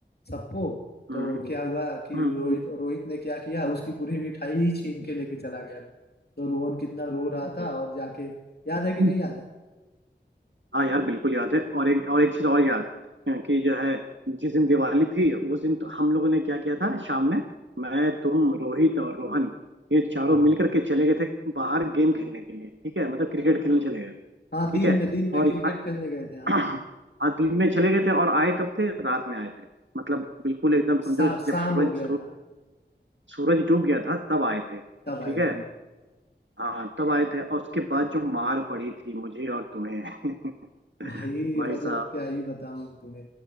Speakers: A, on the left; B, on the right.
A: सबको तो
B: हम्म
A: हम्म क्या हुआ कि
B: हम्म
A: हम्म, रोहित रोहित ने क्या किया उसकी पूरी मिठाई ही छीन के लेके चला गया था तो रोहन कितना रो रहा था हम्म। और जाके याद है कि
B: <laughs>
A: नहीं याद है
B: हाँ यार बिल्कुल याद है और एक और एक चीज और याद है कि जो है जिस दिन दिवाली थी उस दिन तो हम लोगों ने क्या किया था शाम में मैं तुम रोहित और रोहन ये चारों
A: हाँ
B: मिल करके चले गए थे बाहर गेम खेलने के लिए ठीक है मतलब क्रिकेट खेलने चले गए
A: हाँ
B: ठीक
A: दिन
B: है
A: में दिन में
B: और
A: क्रिकेट खेलने गए
B: यहाँ
A: थे हाँ
B: <clears throat> आज दिन में चले गए थे और आए कब थे रात में आए थे मतलब बिल्कुल एकदम समझो
A: शा,
B: जब
A: शाम
B: सूरज
A: हो गया
B: सू,
A: था
B: सूरज डूब गया था तब आए थे ठीक
A: तब आए
B: है
A: थे
B: हाँ तब आए थे और उसके बाद जो मार पड़ी थी मुझे और तुम्हें <laughs>
A: भाई
B: भाई
A: मतलब
B: साहब
A: क्या ही बताऊं तुम्हें